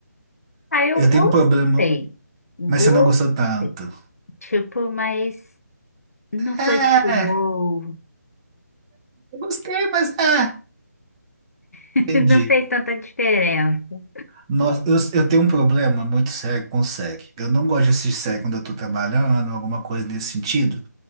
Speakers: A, on the left; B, on the right.
A: Aí eu
B: Eu
A: gostei.
B: tenho um problema,
A: Gostei.
B: mas você não gostou tanto.
A: Tipo, mas não
B: É,
A: foi tipo, uou.
B: eu gostei, mas é.
A: <laughs>
B: Entendi.
A: Não fez tanta diferença.
B: Nossa, eu, eu tenho um problema muito sério com série. Eu não gosto de assistir série quando eu tô trabalhando, alguma coisa nesse sentido.